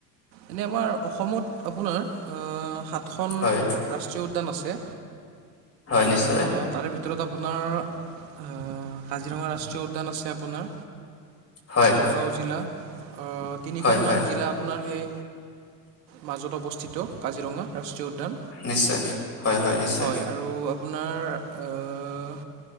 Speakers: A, on the right; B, on the left.
A: এনেই আমাৰ অসমত আপোনাৰ আ--সাতখন
B: হয়
A: ৰাষ্ট্ৰীয় উদ্যান আছে।
B: হয় নিশ্চয়
A: অ--তাৰে ভিতৰত আপোনাৰ অহ--কাজিৰঙা ৰাষ্ট্ৰীয় উদ্যান আছে আপোনাৰ
B: হয়
A: নগাঁও জিলা। তিনিখনমান
B: হয় হয়
A: জিলা আপোনাৰ সেই মাজত অৱস্থিত কাজিৰঙা ৰাষ্ট্ৰীয় উদ্যান।
B: নিশ্চয় হয় নিশ্চয়
A: হয়', আৰু আপোনাৰ অ'